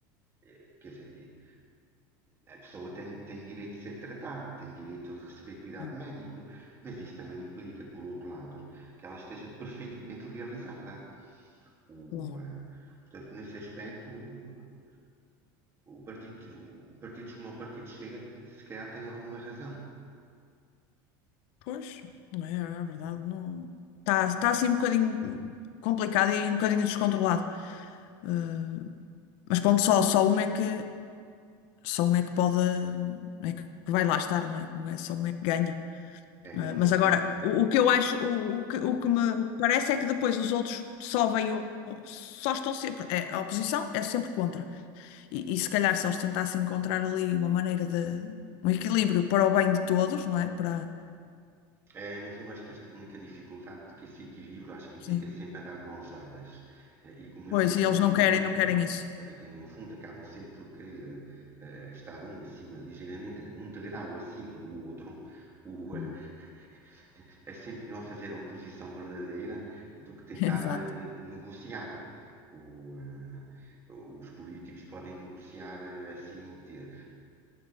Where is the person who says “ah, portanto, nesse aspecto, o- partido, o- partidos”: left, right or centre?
Right